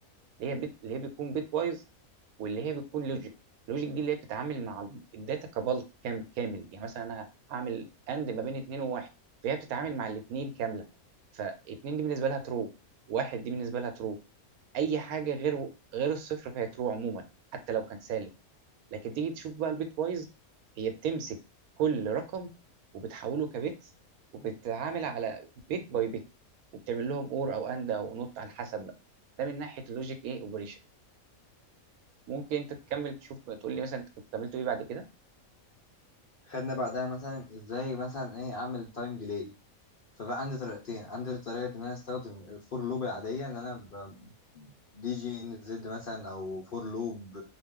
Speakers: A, on the right; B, on the left.
A: اللي هي بت... اللي هي بيكون بيت وايز واللي هي بتكون لوجيك اللوجيك دي اللي هي بتتعامل مع الداتا كبلك كام كامل يعني مثلا انا هعمل اند ما بين اتنين وواحد فهي بتتعامل مع الاتنين كامله فاتنين دي بالنسبه لها ترو واحد دي بالنسبه لها ترو اي حاجه غير غير الصفر فهي ترو عموما حتى لو كان سالب لكن تيجي تشوف بقى البيت وايز هي بتمسك كل رقم وبتحوله كبت وبتتعامل على بيت باي بيت وبتعمل لهم اور او اند او نوت على حسب بقى. ده من ناحيه اللوجيك ايه اوبريشن ممكن انت تكمل تشوف تقول لي مثلا انت كنت عملته ايه بعد كده
B: خدنا بعدها مثلا ازاي مثلا ايه اعمل تايم ديلي فبقى عندي طريقتين عندي طريقة إن أنا أستخدم الفور لوب العادية اللي أنا ب... دي جي إن زد مثلا أو فور لوب